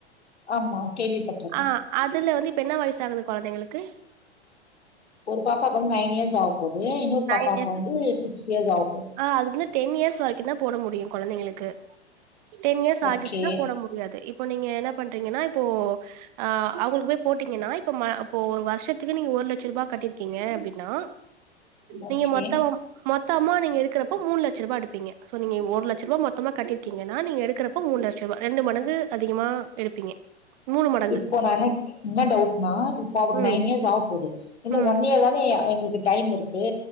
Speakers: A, on the left; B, on the right.
A: ஆமா கேள்விப்பட்ருக்கே
B: ஆ அதுல வந்து இப்ப என்ன வயசு ஆகுது கொழந்தைங்களுக்கு
A: ஒரு பாப்பாக்கு வந்து நைன் இயர்ஸ் ஆவ போது இன்னொரு
B: நைன்
A: பாப்பாக்கு
B: இயர்ஸ்
A: வந்து சிக்ஸ் இயர்ஸ் ஆவ போது
B: ஆ அது வந்து டென் இயர்ஸ் வரைக்கு தா போட முடியு கொழந்தைங்களுக்கு டென் இயர்ஸ் ஆகிடுச்சுனா
A: ஓகே,
B: போட மு டியாது இப்போ நீங்க என்ன பண்றீங்கன்னா இப்போ ஆ அவுங்களுக்கு போய் போட்டீங்கன்னா இப்ப இப்போ ஒரு வருஷத்துக்கு நீங்க ஒரு லட்ச ரூபாய் கட்டிருக்கீங்க அப்டின்னா நீங்க
A: ஓகே.
B: மொத்தமாம் மொத்தமா நீங்க எடுக்குறப்ப மூணுலட்ச ரூபா எடுப்பீங்க சோ நீங்க ஒரு லட்ச ரூபா மொத்தமா கட்டிருக்கீங்கன்னா நீங்க எடுக்குறப் இப்ப மூணு லட்ச ரூபாய் ரெண்டு மடங்கு அதிகமா எடுப்பீங்க மூணு மடங்கு
A: இப்ப நானு என்ன டவுட்னா இப்ப அவக்கு
B: ம்
A: நைன் இயர்ஸ் ஆவ போது இன்னு
B: ம்
A: ஒன் இயர் தானே எங்களுக்கு டைம் இருக்கு